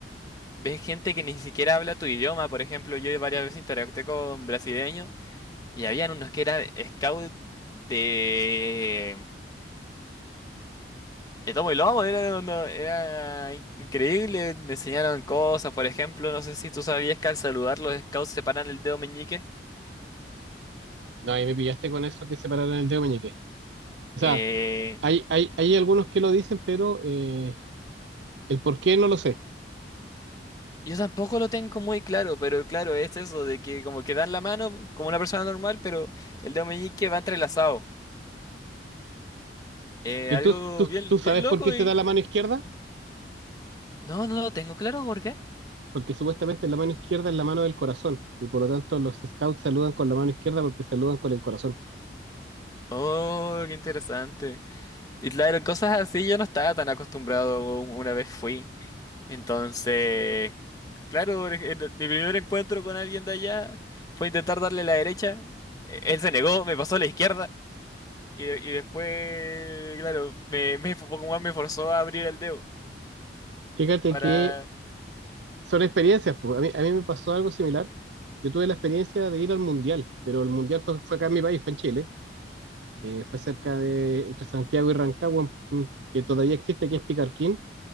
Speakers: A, on the left (about 20°); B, on the right (about 80°).
A: ves gente que ni siquiera habla tu idioma. Por ejemplo, yo varias veces interactué con brasileños y habían unos que eran scout de... de tomo y lomo. Era, uno- era in- increíble, me enseñaron cosas. Por ejemplo, no sé si tú sabías que al saludar los scouts separan el dedo meñique.
B: No, ahí me pillaste con eso que separaron el dedo meñique. O
A: Eh,
B: sea, hay, hay, hay algunos que lo dicen, pero eh, el por qué no lo sé.
A: Yo tampoco lo tengo muy claro, pero claro, es eso de que como que dan la mano como una persona normal, pero el dedo meñique va entrelazado. Eh,
B: ¿Y
A: algo
B: tú, tú,
A: bien,
B: tú sabes
A: bien loco
B: por qué se
A: y...
B: da la mano izquierda?
A: No, no lo tengo claro, ¿por qué?
B: Porque supuestamente la mano izquierda es la mano del corazón y por lo tanto los scouts saludan con la mano izquierda porque saludan con el corazón.
A: Oh, qué interesante. Y claro, cosas así yo no estaba tan acostumbrado u- una vez fui. Entonces, claro, por ej- en mi primer encuentro con alguien de allá fue intentar darle la derecha. E- Él se negó, me pasó a la izquierda. Y, de- y después, claro, me, me, Pokémon me forzó a abrir el dedo
B: Fíjate
A: para...
B: que son experiencias. pues. A mí, a mí me pasó algo similar. Yo tuve la experiencia de ir al mundial, pero el mundial fue, fue acá en mi país, fue en Chile eh, fue cerca de entre Santiago y Rancagua, mm, que todavía existe, que es Picarquín.